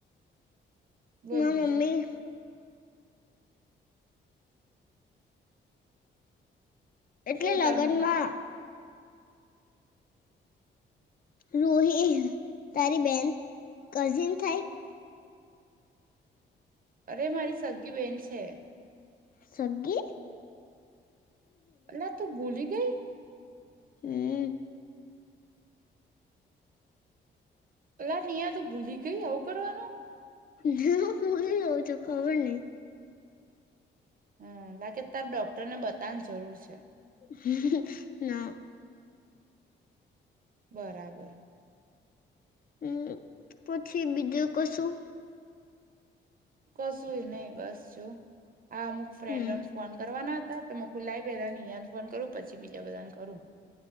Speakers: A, on the right; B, on the left.
A: બોલ
B: હ મમ્મી
A: બીજું
B: એટલે
A: શું
B: લગ્નમાં
A: તાર મમ્મી
B: <inaudible> રૂહી તારી બેન કઝિન થાય.
A: અરે મારી સગી બેન છે.
B: સંગી
A: અલા તું ભૂલી ગઈ
B: હમ
A: અ લા નીયા તું ભૂલી ગઈ આવું કરવાનું
B: હ ભૂલી ગઉં છ ખબર નહી
A: હમ લાગે તાર ડોક્ટરને બતાવવાની જરૂર છે.
B: હ હ ના
A: બરાબર
B: હમ પછી બીજું કશું
A: કશું નહી બસ જો આ અમુક ફ્રેન્ડને
B: હમ
A: ફોન કરવાના તો મ કુ લાવ પેલા નિયા ને ફોન કરું પછી બી બીજા બધા ને કરું